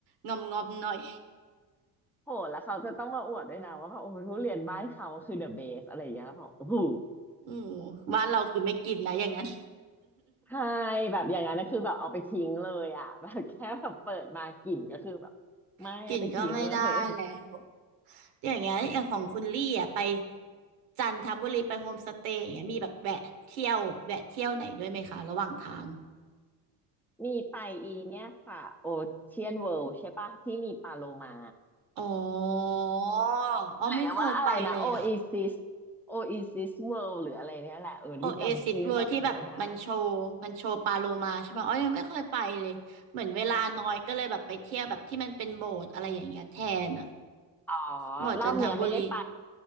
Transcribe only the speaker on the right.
งอมงอมหน่อย
<laughs> อือบ้านเราคือไม่กินนะอย่างนั้น
<laughs>
กินก็ไม่ได้แล้ว อย่างเงี้ยอย่างของคุณลี่อ่ะไปจันทบุรีไปโฮมสเตย์อย่างเงี้ยมีแบบแวะเที่ยวแวะเที่ยวไหนด้วยไหมคะระหว่างทาง
อ๋ออ๋อไม่เคยไปเลยอ่ะ
โอเอซิสเวิร์ที่แบบมันโชว์มันโชว์ปลาโลมาใช่ไหมอ๋อยังไม่เคยไปเลยเหมือนเวลาน้อยก็เลยแบบไปเที่ยวแบบที่มันเป็นโบสถ์อะไรอย่างเงี้ยแทนอ่ะ
โบสถ์จันทบุรี